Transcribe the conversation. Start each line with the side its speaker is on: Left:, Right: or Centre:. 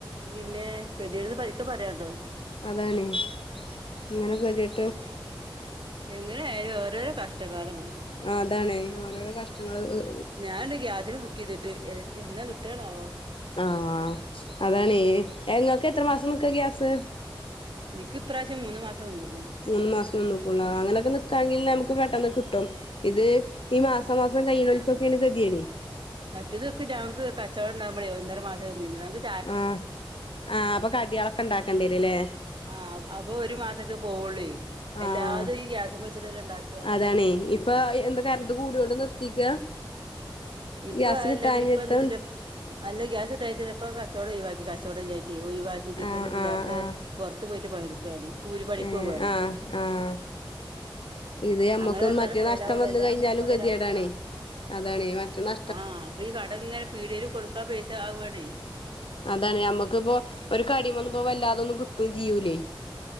Right: പിന്നെ കേതേട്ന്ന് പരിക്കെ പറയാണ്ടോ
Left: അതാണേ ഇങ്ങനെ കെതേടെ
Right: ഏഹ് എങ്ങനെയയാലും ഓരോരോ കഷ്ടക്കാലം മളെ
Left: ആതാണേ ഓരോരോ കഷ്ടങ്ങൾ ഹ്
Right: ഞാണ്ട് ഗ്യാസിന് ബുക്ക് ചെയ്തിട്ട് എന്നാ കിട്ടണാവോ
Left: ആഹ് അതാണേ ങ്ങക്ക് എത്ര മാസം നിക്ക ഗ്യാസ്
Right: നിക്ക് ഇപ്രാവശ്യം മൂന്ന് മാസം നിന്നുക്കുണ്
Left: മൂന്നു മാസം നിന്നുകുണ് അങ്ങനെയൊക്കെ നി ക്കായാണെങ്കിൽ നമുക്ക് പെട്ടന്ന് കിട്ടും ഇത് ഈ മാസം മാസം കഴിയ്ണോൽക്കൊക്കേണ് കെതേട്
Right: മറ്റെതൊക്കെ ഞങ്ങൾക്ക് കച്ചവടം ഉണ്ടാവുമ്പളേ ഒന്നര മാസം നിന്നീന്നുള്ളൂ ഞങ്ങൾക്ക്
Left: ആഹ് ആഹ് അപ്പൊ കടിയോലൊക്കെ ഉണ്ടാക്കേണ്ടിരുംലേ
Right: ആഹ് അപ്പൊ ഒരു മാസൊക്കെ പോവൊള്ളേ
Left: ആഹ്
Right: എല്ലാതും ഈ ഗ്യാസ് മ്മെ വെച്ച്ട്ടല്ലേ ഉണ്ടാക്കാ
Left: അതാണേ ഈ പ്പൊ എന്താ കരണ്ട് കൂടിയോണ്ട് നിർത്തിക്കാ
Right: ഇപ്പൊ
Left: ഗ്യാസ്
Right: അതല്ലടി
Left: കിട്ടാഞ്ഞിട്ടോണ്ടാ
Right: ഇപ്പൊ എന്താ വെച്ചിട്ടാ അല്ല ഗ്യാസ് കിട്ടായിട്ടല്ല, ഇപ്പോ കച്ചോടം ഒഴിവാക്കി കച്ചോടം ഇല്ലായിട്ട് ട്ട് ഒഴിവാക്കിയിട്ട്
Left: ആഹ്
Right: പ്പന്റെ പുയാപ്പളാ
Left: ആഹ് ആഹ്
Right: പുറത്ത് പോയിട്ട് പണി എടുക്കാണ്. കൂലി പണിക്ക്
Left: ഏഹ്
Right: പോവാണ്
Left: ആഹ് ആഹ് ഇത് ഞമ്മക്കും
Right: അങ്ങനെ വന്നാലേ
Left: മറ്റേ
Right: മൊതലാവുള്ളൂ
Left: നഷ്ടം വന്ന്
Right: അ ല്ലാതെ
Left: കഴിഞ്ഞാലും
Right: നമുക്ക് മൊതലാവൂല
Left: ഗതികേടാണേ അതാണേ മറ്റന്നാ
Right: ആഹ് അപ്പൊ ഈ കടം ഇങ്ങനെ പീടേല് കൊടുക്കണ പൈസ ആവാണേ
Left: അതാണ് നമ്മുക്കിപ്പോ ഒരു കടിമ്മന്നു പ്പോ വല്ലാതെന്നും കിട്ടും ചെയ്യൂ ലേ